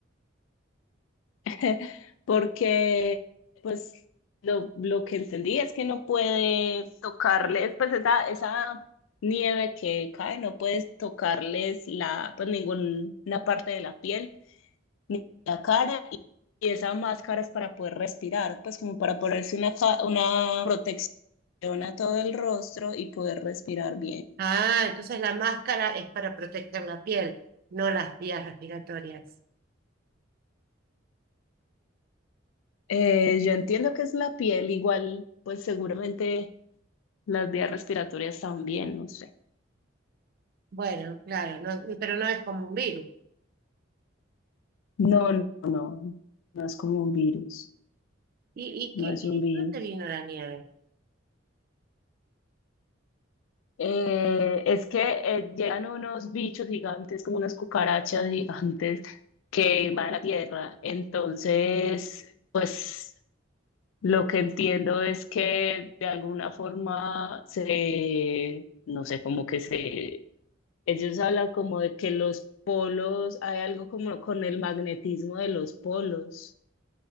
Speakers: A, on the left (about 80°); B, on the right (about 50°).
A: <laughs> porque pues lo, lo que entendí es que no puede tocarles, pues esa, esa nieve que cae, no puedes tocarles la, pues ninguna parte de la piel, ni la cara, y esa máscara es para poder respirar, pues como para ponerse una, ca- una protección a todo el rostro y poder respirar bien.
B: Ah, entonces la máscara es para proteger la piel, no las vías respiratorias.
A: Eh, yo entiendo que es la piel, igual, pues seguramente las vías respiratorias también, no sé.
B: Bueno, claro, no- pero no es como un virus.
A: No, no, no, no es como un virus,
B: ¿Y,
A: no
B: y qué,
A: es un
B: y
A: virus.
B: dónde vino la nieve?
A: Eh, es que eh, llegan unos bichos gigantes, como unas cucarachas gigantes que van a la Tierra. Entonces, pues lo que entiendo es que de alguna forma se, no sé, como que se, ellos hablan como de que los polos, hay algo como con el magnetismo de los polos.